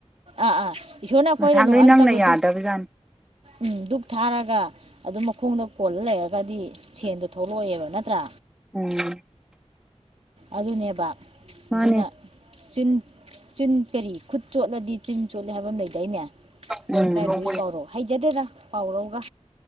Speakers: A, on the right; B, in the centre.
A: ꯑꯥ ꯑꯥ ꯏꯁꯣꯔꯅ ꯑꯩꯈꯣꯏꯗ
B: ꯉꯁꯥꯡꯈꯩ
A: ꯅꯣꯡꯉꯥꯟ
B: ꯅꯪꯅ
A: ꯅꯨꯃꯤꯠꯇꯕꯧ
B: ꯌꯥꯗꯕꯖꯥꯠꯅꯤ
A: ꯙꯨꯛ ꯎꯝ ꯙꯛ ꯊꯥꯔꯒ ꯑꯗꯨꯝ ꯃꯈꯣꯡꯗ ꯀꯣꯜꯂ ꯂꯩꯔꯒꯗꯤ ꯁꯦꯟꯗꯣ ꯊꯣꯛꯂꯛꯑꯦꯕ ꯅꯠꯇ꯭ꯔꯥ
B: ꯎꯝ
A: ꯑꯗꯨꯅꯦꯕ
B: ꯃꯥꯅꯦ
A: ꯑꯗꯨꯅ ꯆꯤꯟ ꯆꯤꯟ ꯀꯔꯤ ꯈꯨꯠ ꯆꯣꯠꯂꯗꯤ ꯆꯤꯟ ꯆꯣꯠꯂꯤ ꯍꯥꯏꯕ ꯑꯃ ꯂꯩꯗꯥꯏꯅꯦ
B: ꯎꯝ
A: ꯏꯥꯄ ꯏꯄꯨꯒꯤ ꯄꯥꯎꯔꯧ ꯍꯩꯖꯗꯦꯗ ꯄꯥꯎꯔꯧꯒ